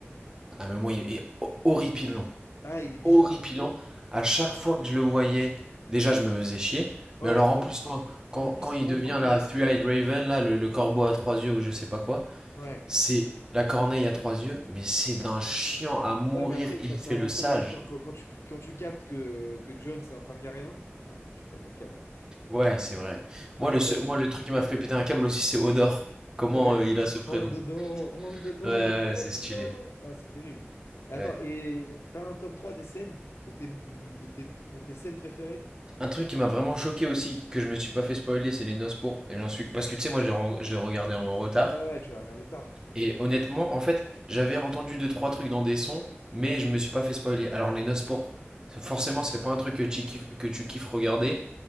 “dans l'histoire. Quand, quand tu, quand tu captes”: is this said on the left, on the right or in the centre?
Left